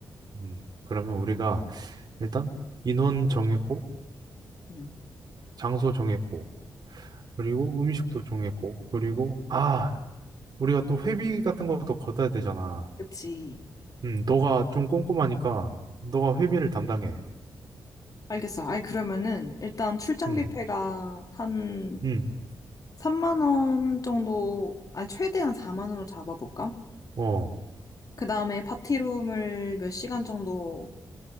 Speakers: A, on the right; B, on the left.
A: 음, 그러면 우리가 일단 인원 정했고
B: 음,
A: 장소 정했고 그리고 음식도 정했고 그리고 아 우리가 또 회비 같은 것도 걷어야 되잖아.
B: 그치.
A: 음, 너가 좀 꼼꼼하니까 너가 회비를 담당해.
B: 알겠어. 아이, 그러면은, 일단 출장비패가
A: 음,
B: 한
A: 음,
B: 3만 원 정도, 아, 최대한 4만 원으로 잡아볼까?
A: 어
B: 그 다음에 파티룸을 몇 시간 정도